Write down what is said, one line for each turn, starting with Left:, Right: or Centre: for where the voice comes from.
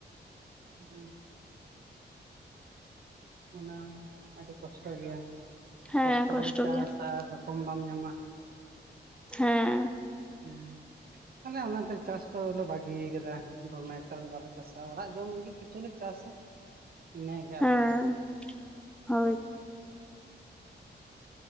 Right: ᱵᱟᱝ ᱟᱸᱡᱚᱢᱚᱜ ᱠᱟᱱᱟ ᱚᱱᱟ ᱟᱹᱰᱤ ᱠᱚᱥᱴᱚ ᱜᱮᱭᱟ᱾
Centre: ᱦᱮᱸ
Right: ᱠᱚᱥᱴᱚ ᱵᱚᱞᱮ ᱪᱟᱥᱟ
Centre: ᱜᱮᱭᱟ
Right: ᱟᱨ ᱨᱚᱠᱚᱢ ᱵᱟᱢ ᱧᱟᱢᱟ
Centre: ᱦᱮᱸ
Right: ᱦᱮᱸ ᱟᱞᱮ ᱚᱱᱟᱛᱮ ᱪᱟᱥ ᱠᱚᱦᱚᱞᱮ ᱵᱟᱹᱜᱤᱭᱟ ᱟᱠᱟᱫᱟ ᱫᱚᱢᱮ ᱮᱠᱴᱟ ᱫᱚ ᱵᱟᱞᱮ ᱪᱟᱥᱟ ᱚᱲᱟᱜ ᱡᱚᱢ ᱞᱟᱹᱜᱤᱫ ᱠᱤᱪᱷᱩ ᱞᱮ ᱪᱟᱥᱟ᱾ ᱤᱱᱟᱹᱜᱮ
Centre: ᱦᱮᱸ
Right: ᱟᱫᱚ ᱵᱟᱝ
Centre: ᱦᱳᱭ